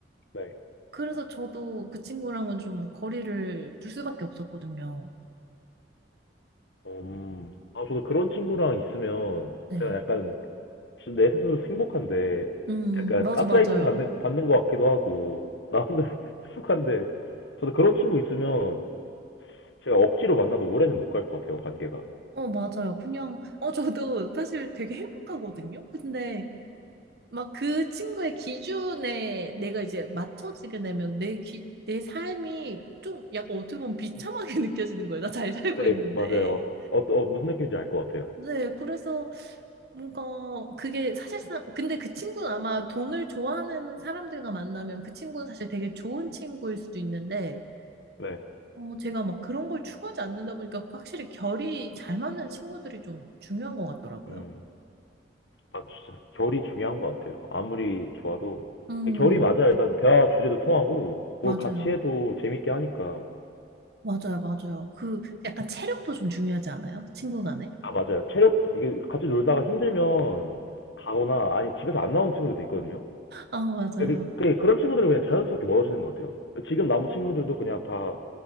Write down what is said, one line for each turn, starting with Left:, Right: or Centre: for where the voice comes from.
Left: 네.
Right: 그래서 저도 그 친구랑은 좀 거리를 둘 수밖에 없었거든요.
Left: 음, 아, 저도 그런 친구랑 있으면
Right: 네.
Left: 그냥 약간 지- 내 스스로 행복한데
Right: 음,
Left: 약간
Right: 맞아,
Left: 가스라이팅
Right: 맞아요.
Left: 받는, 받는 것 같기도 하고 나 혼자 <laughs> 익숙한데 저도 그런 친구 있으면 제가 억지로 만나도 오래는 못 갈 것 같아요, 관계가.
Right: 어, 맞아요. 그냥, 어, 저도 사실 되게 행복하거든요. 근데 막 그 친구의 기준에 내가 이제 맞춰지게 되면 내 기, 내 삶이 좀 약간 어떻게 보면 비참하게 <laughs> 느껴지는 거예요. 나 잘 살고
Left: 네,
Right: 있는데.
Left: 맞아요. 어, 어, 무슨 느낌인지 알 것 같아요.
Right: 네, 그래서 뭔가 그게 사실상 근데 그 친구는 아마 돈을 좋아하는 사람들과 만나면 그 친구는 사실 되게 좋은 친구일 수도 있는데
Left: 네.
Right: 어, 제가 막 그런 걸 추구하지 않는다 보니까 그 확실히 결이 잘 맞는 친구들이 좀 중요한 것 같더라고요.
Left: 음, 아, 진짜 결이 중요한 것 같아요. 아무리 좋아도
Right: 음,
Left: 결이 맞아야 일단 대화 주제도 통하고
Right: 맞아요.
Left: 뭘 같이 해도 재밌게 하니까.
Right: 맞아요, 맞아요. 그 약간 체력도 좀 중요하지 않아요? 친구 간에?
Left: 아, 맞아요. 체력, 이게 같이 놀다가 힘들면 가거나, 아니, 집에서 안 나오는 친구들도 있거든요.
Right: 아, 맞아요.
Left: 그, 그, 그런 친구들은 그냥 자연스럽게 멀어지는 것 같아요. 지금 남은 친구들도 그냥 다